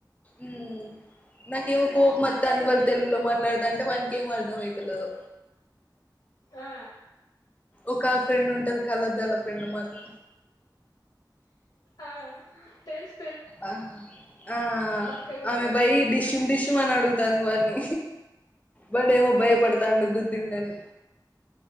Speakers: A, on the left (about 20°); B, on the left (about 70°).
A: మ్మ్ నాకేమో కోపమోత్తాంది వాళ్ళు తెలుగులో మాట్లాడతాంటే వానికేమో అర్ధంమైతలేవు
B: ఆ
A: ఒక ఫ్రెండ్ ఉంటది కళ్లద్దాల ఫ్రెండ్ మాకు
B: ఆ తెలుస్
A: ఆ ఆ
B: బక్కగా ఉంటది
A: ఆమె వై డిష్యుం డిష్యుం అని అడుగుతాంది వాడ్నీ వాడేమో బయ్ పడతాండు గుద్దిండని